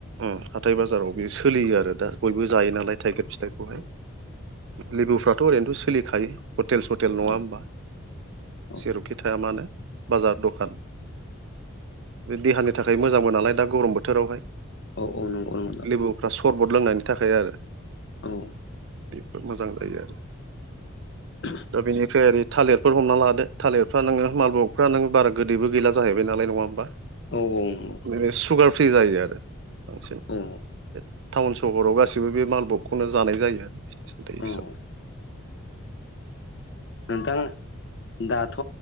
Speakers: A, on the right (about 60°); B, on the left (about 55°).
A: उम हाथाय बाजाराव बे सोलियो आरो दा बयबो जायो नालाय थाइगिर फिथाइखौहाय
B: औ
A: लेबुफ्राथ' ओरैनोथ' सोलिखायो हटेल सटेल नङा
B: औ नंगौ औ
A: होमबा
B: औ
A: जेरावखि थाया मानो बाजार दखान देहानि थाखाय मोजांबो नालाय दा गरम बोथोरावहाय
B: औ औ नंगौ नों
A: लेबुफ्रा सरबट लोंनायनि थाखाय आरो
B: औ
A: बेफोर मोजां जायो आरो
B: <inaudible>
A: दा बेनिफ्राय ओरै थालिरफोर हमना लादो थालिरफ्रा नोङो मालबगफ्रा नों बारा गोदैबो गैला जाहैबाय जानाय नङा होमबा
B: औ औ नंगौ
A: नोङो सुगार फ्रि जायो आरो बांसिन
B: औ
A: बे टाउन सहराव गासिबो बे माल बखौनो जानाय जायो आरो फिथाइ
B: औ
A: साम
B: नोंथां दाथ'